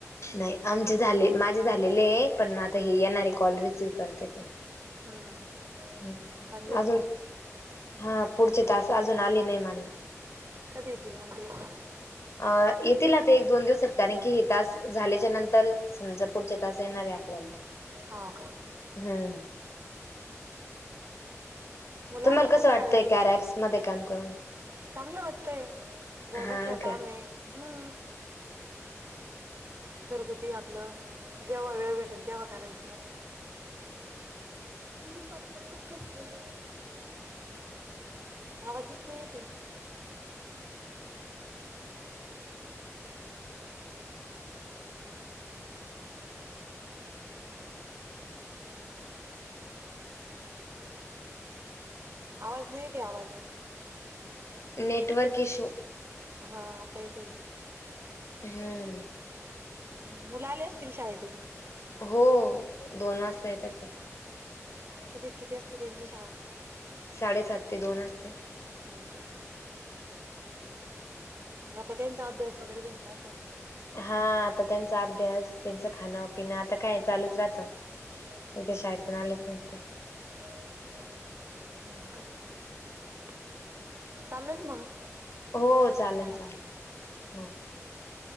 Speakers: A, on the left; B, on the right.
A: नाही आमचे झाले, माझे झालेले आहे पण आता हे येणारे कॉल रिसीव्ह करते फक्त.
B: हम्म.
A: हम्म
B: चांगली
A: अजून
B: गोष्ट आहे
A: हां पुढचे टास्क अजून आलेले नाही मला.
B: कधी येतील मग ते?
A: अ येतील आता एक दोन दिवसात कारण की हे टास्क झाल्याच्या नंतर समजा पुढच्या टास्क येणार आहेत आपल्याला.
B: हो का?
A: हम्म.
B: मुलं
A: तुम्हाला
B: आले कोण
A: कसं
B: शाळेतून
A: वाटतंय कार्या ॲप मध्ये काम करून?
B: चांगलं वाटतंय घरबसल्या
A: हा
B: काम
A: का
B: आहे हम्म. घरगुती आपलं जेव्हा वेळ भेटेन तेव्हा करायचं. मम्मी पप्पा कुठे झाईल? आवाजच नाहीे येत आहे. आवाज नाहीे येत आहे आवाज.
A: Network issue.
B: हां आता येत आहे.
A: हम्म.
B: मुलं आले असतील शाळेतून.
A: हो दोन वाजता येतात ते.
B: कितीत ते किती असते त्यांची शाळा?
A: साडेसात ते दोन असते.
B: हो का! मग आता त्यांचा अभ्यास वगैरे घ्यायचा असा.
A: हा, आता त्यांचा अभ्यास त्यांचं खाणपिण आता काय चालूच राहतं.
B: हम्
A: एकदा शाळेतून आल्याच नंतर
B: हो का <inaudible> चाललंच मग.
A: हो चालेल
B: हा.
A: चालेल हो,